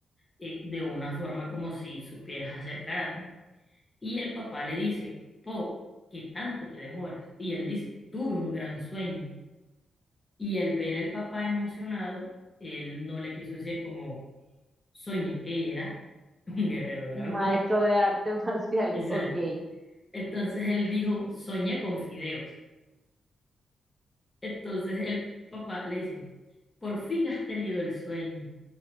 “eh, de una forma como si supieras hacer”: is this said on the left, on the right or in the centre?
Left